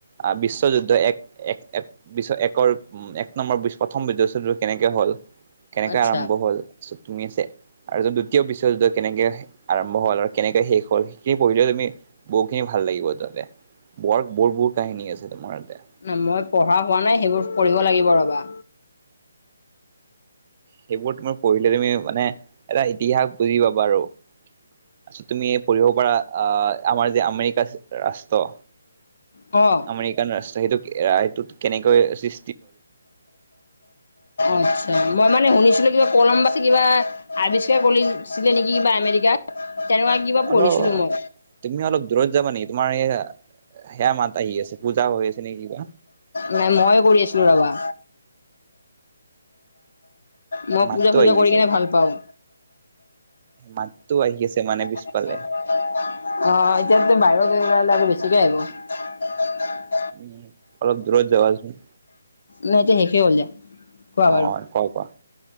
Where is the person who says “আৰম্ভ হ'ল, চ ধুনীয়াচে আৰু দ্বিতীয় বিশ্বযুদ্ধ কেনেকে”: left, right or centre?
Right